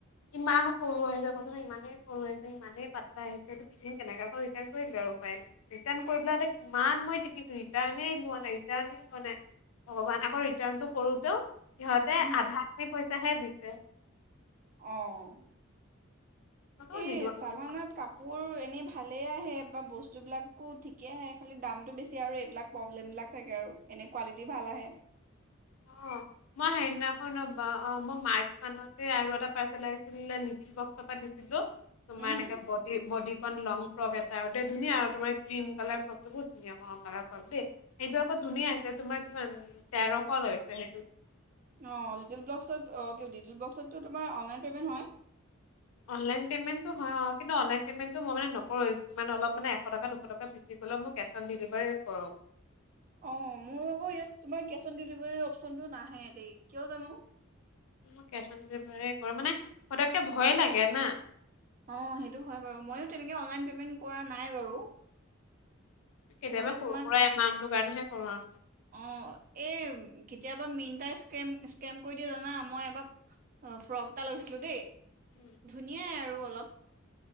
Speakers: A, on the left (about 85°); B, on the right (about 40°).
A: ইমান সৰু আহিছে কচোন ইমানেই সৰু আহিছে, ইমানেই পাতলা আহিছে এই পিন্ধো কেনেকে? আকৌ ৰিটাৰণ কৰি দিলোঁ আৰু উপায় নাই। ৰিটাৰ্ণ কৰিব কিমান মই টিপিছো ৰিটাৰ্ণ লোৱা নাই ৰিটাৰ্ণ ভগৱান আকৌ ৰিটাৰ্ণটো কৰোতেও সিহঁতে
B: উম
A: আধাখিনি পইচা হে দিছে।
B: অহ।
A: মই কৈছোঁ
B: এই
A: নিদো
B: ছাভানাত কাপোৰ এনেই ভাল ভালেই আহে বা বস্তুবিলাকো ঠিকেই আহে, খালি দামটো বেছি আৰু এইবিলাক প্ৰব্লেমবিলাক থাকে আৰু। এনে কোৱালিটি ভাল আহে।
A: অ মই সেইদিনাখন অ মই মাৰ্চ মানতে আৰু এটা পাৰ্চেল আহিছিলে, লিটিল বক্সৰ পৰা দিছিলো। তোমাৰ
B: উম
A: এনেকে body body on long frock এটা আৰু দেই, ধুনীয়া আৰু তোমাৰ ক্ৰীম কালাৰ ফ্ৰকটো বহুত ধুনীয়া মৰম কালাৰ ফ্ৰক দেই। সেইটো আকৌ ধুনীয়া হৈছে তোমাৰ কিমান তেৰশ লৈছে। সেইটো
B: অঁ লিটিল বক্সত অঁ লিটিল বক্সততো তোমাৰ অনলাইন পে'মেণ্ট হয়।
A: অনলাইন পে'মেণ্টটো হয় অঁ কিন্তু অনলাইন পে'মেণ্টটো মই মানে নকৰোঁ ইমান অলপ মানে এশ টকা দুশ টকা বেছি গ'লেও মই কেছ অন ডেলিভাৰী কৰোঁ।
B: অঁ মোৰ আকৌ ইয়াত তোমাৰ কেচ অন ডেলিভাৰীৰ অপশচনটো নাহে দেই। কিয় জানো?
A: মই কেচ অন ডেলিভাৰী কৰো মানে সতককে ভয় লাগে না।
B: অঁ সেইটো হয় বাৰু ময়ো তেনেকে অনলাইন পে'মেণ্ট কৰা নাই বাৰু
A: কেতিয়াবা
B: মানে
A: সৰু
B: তোমাক
A: সুৰা এমাউণ্ট কাৰণেহে কৰোঁ আৰু
B: অ এই কেতিয়াবা মিনটা ইচক্ৰেম ইচক্ৰেম কৰি দিয়ে জানা মই এবাৰ আ ফ্ৰক এটা লৈছিলোঁ দেই
A: উম,
B: ধুনীয়াই আৰু অলপ